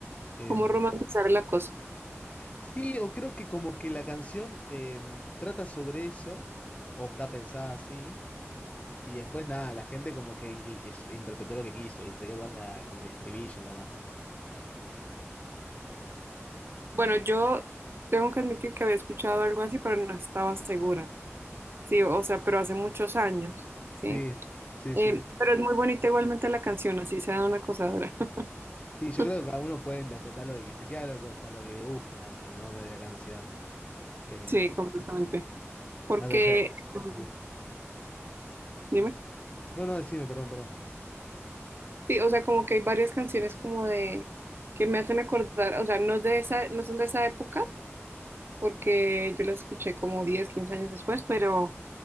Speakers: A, on the left; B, on the right.
A: Em,
B: ¿Cómo romantizar el acoso?
A: sí, o creo que como que la canción em, trata sobre eso, o está pensada así, y después nada, la gente como que in- le- interpretó lo que quiso y se quedó con la, con el estribillo nomás.
B: Bueno, yo tengo que admitir que había escuchado algo así, pero no estaba segura. Sí, o sea, pero hace muchos años, ¿sí?
A: Sí, sí,
B: Eh,
A: sí.
B: pero es muy bonita igualmente la canción, así sea de una acosadora.
A: Sí, yo
B: <laughs>
A: creo que cada uno puede interpretar lo que se queda lo- con, con lo que le gusta también, ¿no? De la canción. Eh,
B: Sí, completamente. porque,
A: más allá de-
B: mm,
A: sí.
B: dime,
A: No, no, decime, perdón, perdón.
B: sí, o sea, como que hay varias canciones como de, que me hacen acordar, o sea, no es de esa, no son de esa época, porque yo las escuché como 10 15 años después, pero